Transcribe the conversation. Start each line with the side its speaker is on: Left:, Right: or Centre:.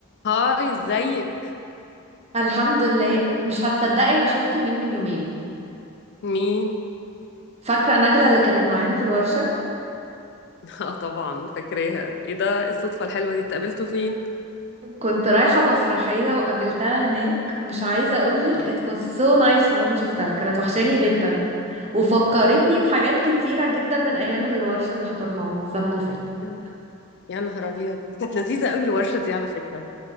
Left: هاي ازيك
Right: الحمد لله مش هتصدقي انا شفت مين من يومين
Left: مين
Right: فاكره نجله اللي كانت معانا في الورشه
Left: <laughs> اه طبعا فاكراها ايه ده إيه الصدفه الحلوه دي اتقابلتوا فين
Right: كنت رايحه مسرحيه وقابلتها هناك مش عايزه اقولك
Left: اه
Right: it was so nice ان انا شفتها كانت وحشاني جدا وفكرتني بحاجات كتيره جدا من ايام الورشه اللي حضرناها السنه اللي فاتت
Left: يعني يا نهار ابيض كانت لذيذه قوي الورشه دي على فكره